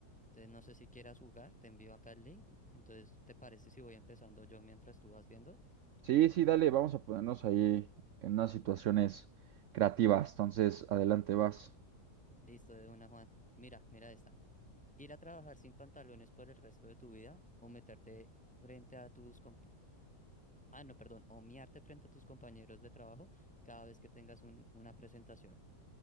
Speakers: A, in the centre; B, on the right.
A: Entonces no sé si quieras jugar, te envío acá el link. Entonces, ¿te parece si voy empezando yo mientras tú vas viendo?
B: Sí, sí, dale, vamos a ponernos ahí en unas situaciones creativas. Entonces, adelante vas.
A: Listo, de una, Juan. Mira, mira esta. Ir a trabajar sin pantalones por el resto de tu vida o meterte frente a tus comp- Ah, no, perdón, o miarte frente a tus compañeros de trabajo cada vez que tengas un- una presentación.